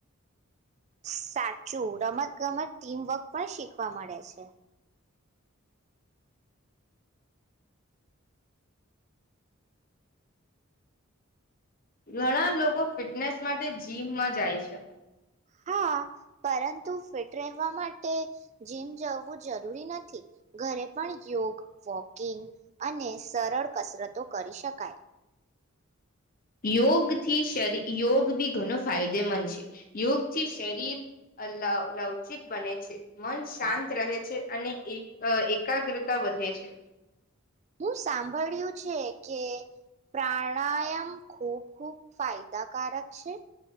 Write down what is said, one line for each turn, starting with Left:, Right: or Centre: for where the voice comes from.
Right: સાચું રમત ગમત ટીમવર્ક પણ શીખવા મળે છે.
Left: ઘણા લોકો ફિટનેસ માટે જીમમાં જાય છે.
Right: હા પરંતુ ફિટ રહેવા માટે જીમ જવું જરૂરી નથી ઘરે પણ યોગ વોકિંગ અને સરળ કસરતો કરી શકાય
Left: યોગથી શરી યોગ બી ઘણો ફાયદેમંદ છે યોગથી શરીર લવચિક બને છે મન શાંત રહે છે અને એક એકાગ્રતા વધે છે
Right: હું સાંભળ્યું છે કે પ્રાણાયામ ખૂબ ખૂબ ફાયદાકારક છે?